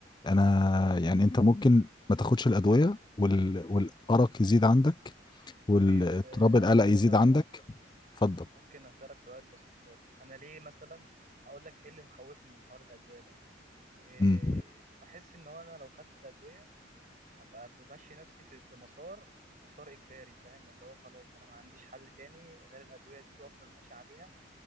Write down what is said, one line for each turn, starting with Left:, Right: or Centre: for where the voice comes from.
Left: انا يعني انت ممكن ما تاخدش الادوية وال... والارق يزيد عندك والاضطراب
Right: طيب آه،
Left: القلق
Right: اسالك
Left: يزيد
Right: سؤال
Left: عندك اتفضل
Right: ممكن أسألك سؤال بسيط خالص أنا ليه مثلا أقول لك إيه اللي مخوفني من حوار الأدوية ده إيه
Left: مم.
Right: بحس إن هو أنا لو خدت الأدوية هبقى بمشي نفسي في في مسار مسار إجباري فاهم اللي هو خلاص أنا ما عنديش حل تاني غير الأدوية دي وأفضل ماشي عليها